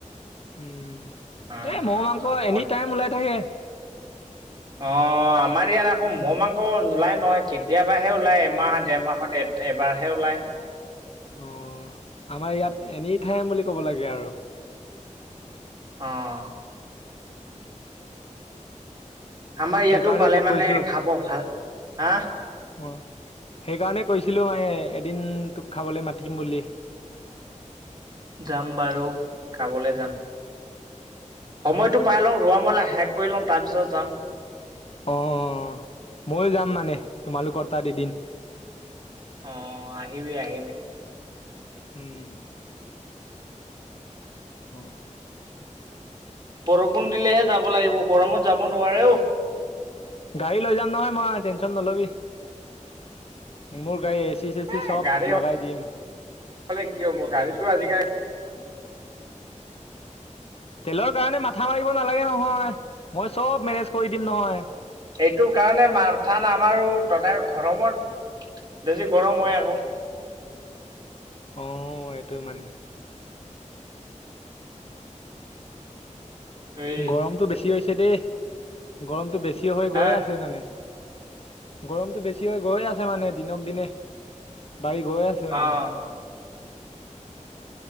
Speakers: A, on the left (about 50°); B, on the right (about 30°).
A: উম,
B: উম,
A: এ মৌ
B: উম,
A: মাংস
B: উম,
A: এনি
B: অ',
A: টাইম ওলাই থাকে।
B: অ', আমাৰ ইয়াত আকৌ ম মাংস নোলাই নহয় কেতিয়াবাহে ওলাই এমাহ দেৰমাহৰ এবাৰহে ওলায়।
A: অ', আমাৰ ইয়াত এনি ঠাইম বুলি ক'ব লাগে আৰু।
B: অ', আমাৰ ইয়াতো
A: সেইকাৰণে
B: পালে
A: তোক
B: মানে
A: কৈছো
B: খাব ভাল, হাঁ?
A: অ', সেইকাৰণে কৈছিলোঁ মানে এদিন তোক খাবলৈ মাতিম বুলি।
B: যাম বাৰু কামলৈ যাম। সময়টো
A: অ
B: পাই লওঁ ৰোৱা মেলা শেষ কৰি ল'ম তাৰপিছত যাম।
A: অ', ময়ো যাম মানে তোমালোকৰ তাত এদিন।
B: অ', আহিবি আহিবি।
A: উম। অ'।
B: বৰষুণ দিলেহে যাব লাগিব গৰমত যাব নোৱাৰেও।
A: গাড়ী লৈ যাম নহয় মই টেনচন নলবি মোৰ গাড়ী এচি চেচি
B: এ
A: চব
B: গাড়ী
A: লগাই দিম।
B: কি হ'ব গাড়ীতো আজিকালি
A: তেলৰ কাৰণে মাথা মাৰিব নালাগে নহয় মই চব মেনেজ কৰি দিম নহয়।
B: এইটো কাৰণে মাথা নামাৰো তথাপি গৰমত বেছি গৰম হয় আকৌ।
A: অ', এইটো মানে।
B: এই
A: গৰমটো বেছি হৈছে দেই। গৰমটো বেছি হৈ
B: হা
A: গৈ আছে মানে। গৰমটো বেছি হৈ গৈ আছে মানে দিনক দিনে বাঢ়ি গৈ আছে। মানে
B: অ'।